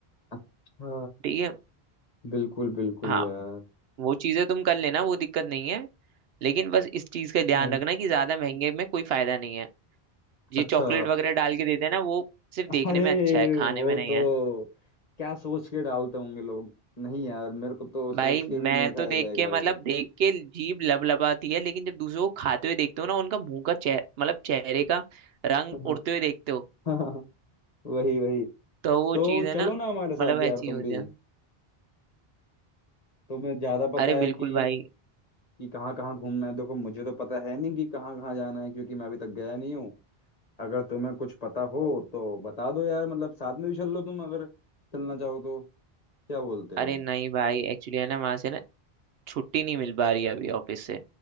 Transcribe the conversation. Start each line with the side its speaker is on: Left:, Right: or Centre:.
Left: अच्छा
Right: ठीक है
Left: बिल्कुल बिल्कुल
Right: हाँ
Left: यार
Right: वो चीजें तुम कर लेना वो दिक्कत नहीं है लेकिन बस इस चीज का ध्यान
Left: अ,
Right: रखना कि ज्यादा महंगे में कोई फायदा नहीं है ये
Left: अच्छा
Right: चॉकलेट वगैरह डाल के देते हैं ना वो सिर्फ देखने
Left: अरे
Right: में अच्छा है खाने
Left: वो
Right: में नहीं
Left: तो
Right: है
Left: क्या सोच के डालते होंगे लोग नहीं यार मेरे को तो सोच
Right: भाई मैं
Left: के भी नहीं खाया
Right: तो देख
Left: जाएगा
Right: के मतलब
Left: वो
Right: देख के जीभ लबलबाती है लेकिन जब दूसरों को खाते हुए देखते हो ना उनका मुंह का चेह मतलब चेहरे का रंग
Left: हाँ
Right: उड़ते हुए देखते हो
Left: <laughs> हाँ, वही वही
Right: तो वो
Left: तो
Right: चीज है
Left: चलो
Right: ना
Left: ना हमारे साथ
Right: मतलब
Left: यार
Right: ऐसी
Left: तुम
Right: हो
Left: भी
Right: जाए
Left: तुम्हें ज्यादा पता
Right: अरे बिल्कुल
Left: है कि
Right: भाई
Left: कि कहाँ कहाँ घूमना है देखो मुझे तो पता है नहीं कि कहाँ कहाँ जाना है क्योंकि मैं अभी तक गया नहीं हूँ अगर तुम्हें कुछ पता हो तो बता दो यार मतलब साथ में भी चल लो तुम अगर चलना चाहो तो क्या बोलते
Right: अरे
Left: हो
Right: नहीं भाई एक्चुअली है ना वहां से ना छुट्टी नहीं मिल पा रही है अभी ऑफिस से